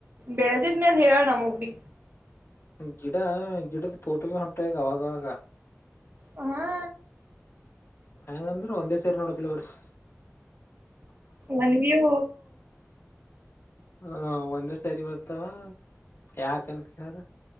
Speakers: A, on the right; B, on the left.
A: ಬೆಳೆದಿದ್ಮೇಲ್ ಹೇಳ ನಮಗ್ ಬಿ
B: ಗಿಡ ಗಿಡದ ತೋಟಗಳ್ ಹೊಂಟದವಾ ಅವಾಗಾಗ
A: ಹಾ
B: ಹೆಂಗಂದ್ರು ಒಂದೇ ಸೇರಿ ನೋಡದಿಲ್ ವಸ್
A: ನನ್ಗಿವು
B: ಹ ಒಂದೇ ಸರಿ ಬರ್ತಾವ ಯಾಕ ಅಲ್ ಕೇಳ್ರ